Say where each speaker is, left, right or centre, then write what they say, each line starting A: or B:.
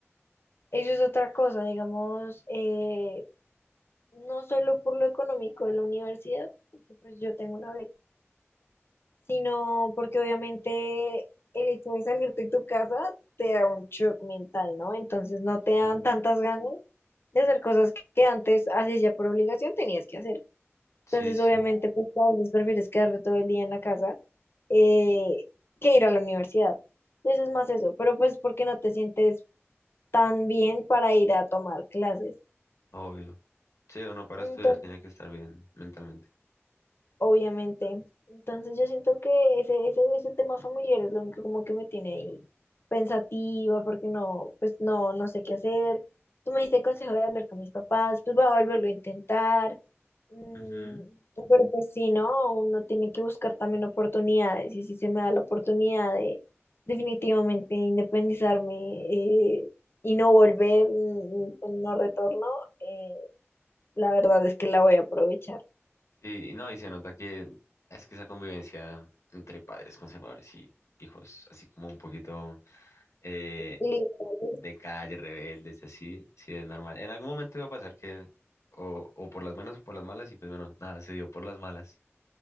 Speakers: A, on the left; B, on the left.
A: Eso es otra cosa, digamos, eh, no solo por lo económico de la universidad, porque pues yo tengo una beca, sino porque obviamente el hecho de salirte de tu casa te da un shock mental, ¿no? Entonces no te dan
B: Mm,
A: tantas ganas de hacer cosas que que antes hacías ya por obligación, tenías que hacer.
B: Sí,
A: Entonces,
B: sí,
A: obviamente, pues a veces prefieres quedarte todo el día en la casa eh, que ir a la universidad. Entonces es más eso, pero pues porque no te sientes tan bien para ir a tomar clases.
B: obvio. Sí, uno para
A: Entonces,
B: estudiar tiene que estar bien mentalmente.
A: obviamente. Entonces yo siento que ese, ese, ese tema familiar es lo único como que me tiene ahí pensativa, porque no, pues no, no sé qué hacer. Tú me diste el consejo de hablar con mis papás, pues voy a volverlo a intentar. Mm,
B: Ujú.
A: pero pues sí, ¿no? Uno tiene que buscar también oportunidades, y si se me da la oportunidad de definitivamente independizarme eh, y no volver mm, mm, con no retorno, eh, la verdad es que la voy a aprovechar.
B: Sí, no, y se nota que es que esa convivencia entre padres conservadores y hijos, así como un poquito eh,
A: Listo,
B: de calle, rebeldes, así, sí es normal. En algún momento iba a pasar que, o, o por las buenas o por las malas, y pues bueno, nada, se dio por las malas.